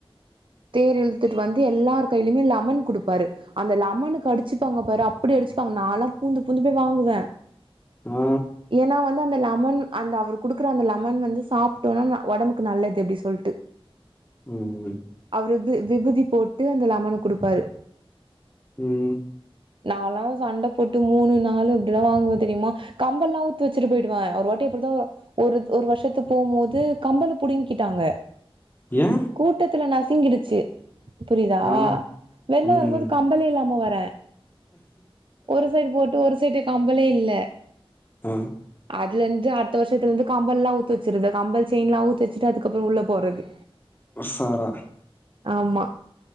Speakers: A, on the right; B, on the left.
A: தேர் இழுத்துட்டு வந்து எல்லாரு கைலயுமே லமன் குடுப்பாரு அந்த லமனுக்கு அடுச்சுப்பாங்க பாரு அப்டி அடுச்சுப்பாங்க நாலா பூந்து பூந்து போய் வாங்குவே
B: ஆ
A: ஏனா வந்து அந்த லமன் அந்த அவரு குடுக்குற அந்த லெமன் வந்து சாப்ட்டோனா ஒடம்புக்கு நல்லது அப்டி சொல்ட்டு
B: ம் ம்
A: அவரு விகு விகுதி போட்டு அந்த லமன குடுப்பாரு
B: ம்
A: நாலா சண்ட போட்டு மூணு நாலு அப்டிலா வாங்குவே தெரியுமா கம்பல்லா அவுத்து வச்சுட்டு போயிடுவே ஒரு வாட்டி அப்டிதா ஒரு ஒரு வருஷத்து போம்போது கம்பல புடிங்கிட்டாங்க
B: ஏ
A: கூட்டத்துல நசுங்கிடுச்சு புரிதா
B: ஆ
A: வெள்ள
B: ம்
A: வரும் போது கம் கம்பலே இல்லாம வரே ஒரு சைடு போட்டு ஒரு சைடு கம்பளே இல்ல
B: அ
A: அதுல இருந்து அடுத்த வருஷத்துல இருந்து கம்பல்லா அவுத்து வச்சற்றது கம்பல் செயின்லா அவுத்து வச்சுட்டு அதுக்கப்பறோ உள்ள போறது
B: ஒஸ்சாரா
A: ஆமா